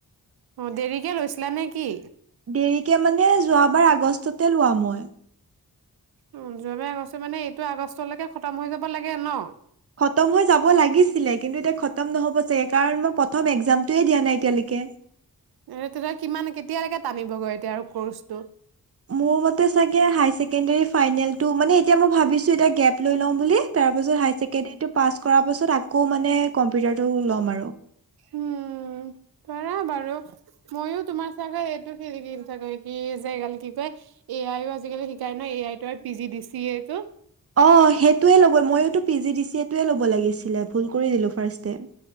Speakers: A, on the right; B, on the right.
A: অ দেৰিকে লৈছিলা নে কি
B: দেৰিকে মানে যোৱা বাৰ আগষ্টতে লোৱা মই।
A: উম যোৱাবাৰ আগষ্ট মানে এইটো আগষ্টলৈকে খতম হৈ যাব লাগে ন
B: খতম হৈ যাব লাগিছিলে কিন্তু এতিয়া খতম নহব যে, কাৰণ মই প্ৰথম একজামটোৱে দিয়া নাই এতিয়ালৈকে।
A: এ তেতিয়া কিমান কেতিয়ালৈকে টানিবগৈ এতিয়া আৰু কৰ্চটো
B: মোৰ মতে চাগে হাই ছেকেণ্ডেৰি ফাইনেলটো মানে এতিয়া মই ভাবিছো এতিয়া গেফ্ট লৈ লওঁ বুলি তাৰ পাছত হায় ছেকেণ্ডৰী টো পাছ কৰাৰ পাছত আকৌ মানে কম্পিউটাৰ টো ল'ম আৰু
A: উম কৰা বাৰু। ময়ো তোমাৰ চাগে এইটো খেলি দিম চাগৈ কি যে এই গাল কি কয়? এ আইও আজিকালি শিকাই নয় এ আই আৰু P G D C A টো?
B: অ সেইটোৱে ল'ব ময়োতো P G D C A টোৱে ল'ব লাগিছিলে ভুল কৰি দিলো ফাৰ্ষ্টে।